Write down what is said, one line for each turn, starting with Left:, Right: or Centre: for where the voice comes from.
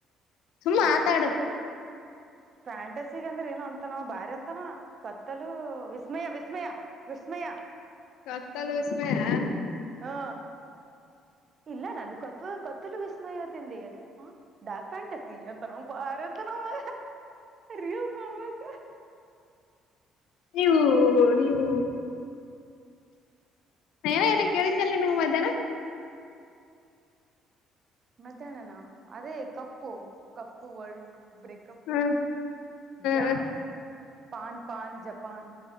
Left: ಸುಮ್ಮ
Right: ಹ್ಮ್
Left: ಆತಾಡು
Right: ಫ್ಯಾಂಟಸಿಗೆ ಅಂದ್ರೆ ಏನ ಅಂತನ ಬ್ಯಾರೇ ಅಂತಾನ ಕತ್ತಲು ವಿಸ್ಮಯ, ವಿಸ್ಮಯ, ವಿಸ್ಮಯ <unintelligible>
Left: ಕತ್ತಲು ವಿಸ್ಮಯಾ
Right: ಹಾ ಇಲ್ಲ ನಾನು ಕೊತ್ ಕತ್ತಲು ವಿಸ್ಮಯತಿಂದತ ಡಾಕ್ ಪ್ಯಾಂಟ್ ಸಿ ಅಂತಾನವ ಭಾರೆ ಅಂತನವಾ ರೀಲ್ಸ್ ನೋಡ್ಬೇಕ
Left: ನೀವು ನೀವು ನೀನಾ ಏನ ಕೇಳಿದ್ನಲ್ ನ್ ಮಧ್ಯಾಹ್ನ
Right: ಮಧ್ಯಾಹ್ನನ ಅದೇ ಕಪ್ಪು ಕಪ್ಪು ವರ್ಲ್ಡ್ ಬ್ರೇಕಪ್
Left: ಹ್ಮ
Right: ಜಾಮ
Left: ಹ್ಮ
Right: ಪಾನ ಪಾನ್ ಜಪಾನ್